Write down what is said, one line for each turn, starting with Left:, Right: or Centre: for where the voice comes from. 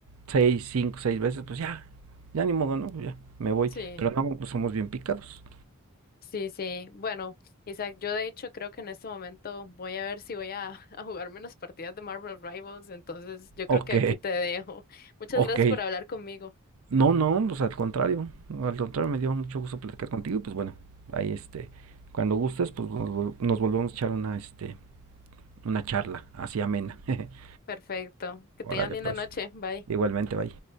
Right: seis, cinco, seis veces, pues ya, ya ni modo, ¿no? Pues ya, me voy.
Left: Sí,
Right: Pero no, pues somos bien picados.
Left: sí, sí. Bueno, Isaac, yo de hecho creo que en este momento voy a ver si voy a, a jugarme unas partidas de Marvel Rivals, entonces yo creo
Right: Ok,
Left: que aquí te dejo. Muchas
Right: <laughs>
Left: gracias
Right: ok.
Left: por hablar conmigo.
Right: No, no, pues al contrario, al contrario, me dio mucho gusto platicar contigo, pues bueno, ahí este, cuando gustes, pues nos, vol- nos volvemos a echar una, este, una charla así amena. <laughs>
Left: Perfecto. Que
Right: Órale,
Left: tengas linda
Right: pues,
Left: noche. Bye.
Right: igualmente, bye.